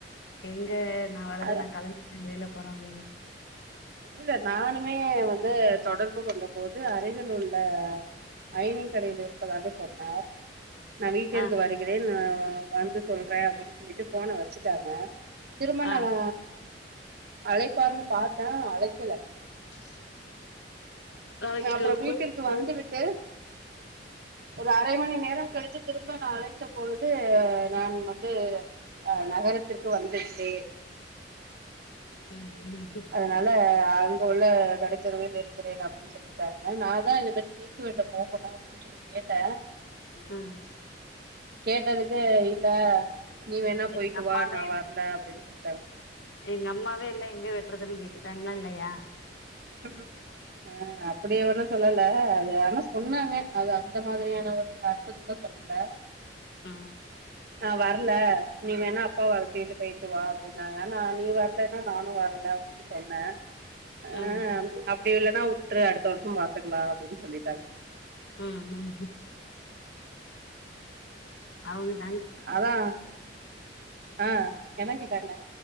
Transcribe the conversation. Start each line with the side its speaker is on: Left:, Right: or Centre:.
Left: எங்க நா வரது
Right: அதா
Left: நா கலந்து வெளில போறாங்கன்னு.
Right: இல்ல நானுமே வந்து தொடர்பு கொண்ட போது அருகில் உள்ள அயனிங் கடையில இருப்பதாக சொன்னார். நா வீட்டிற்கு
Left: ஆ
Right: வருகிறேன் வந்து சொல்றே அப்டின்னு சொல்லிட்டு ஃபோன வச்சுட்டாங்க திரும்ப
Left: ஆ
Right: நாங்க அழைப்பார்ன்னு பாத்தே அழக்கெல.
Left: <unintelligible> நாளைக்கு
Right: அப்றோ வீட்டிற்கு
Left: கோயிலுக்கு போற
Right: வந்துவிட்டு ஒரு அரை மணி நேரம் கழித்து திரும்ப நா அழைத்த பொழுது நான் வந்து அ.. நகரத்திற்கு வந்துவிட்டே
Left: ம் ம்
Right: அதுனால அங்க உள்ள கடைத்தெருவில் இருக்கிறேன், அப்டின்னு சொல்லிட்டாங்க நா தா இதுமாரி. கேக்கு வெட்ட போகணு அப்டின்னு சொல்லி கேட்டே
Left: ம்
Right: கேட்டதுக் தெ, இல்ல நீ வேணா
Left: எங்க
Right: போயிட்டு
Left: அம்மாவே
Right: வா, நா
Left: இல்ல
Right: வர்ல அப்டின் சொல்லிட்டாங்க.
Left: எங்க அம்மாவே இல்ல எங்க வெட்டுறதுன்னு கேக்ட்டாங்களா இல்லையா.
Right: ம் ம் அ. அப்டி ஒன்னு சொல்லல அது ஆனா சொன்னாங்க அது அந்த மாதிரியான ஒரு அர்த்தத்துல சொல்லல.
Left: ம்
Right: நா வர்ல நீ வேணா அப்பாவ அழச்சிகிட்டு போயிட்டு வா அப்டின்னாங்க நா நீ வரலன்னா நானு வர்ல அப்படின் சொன்னே அ
Left: ம்
Right: அப்டி இல்லன்னா வுட்டுரு அடுத்த வர்ஷோ பாத்துக்கலா அப்டின்னு சொல்லிட்டாங்க
Left: ம் அவ்ங்க
Right: அதா ஆ என்ன கேட்டாங்க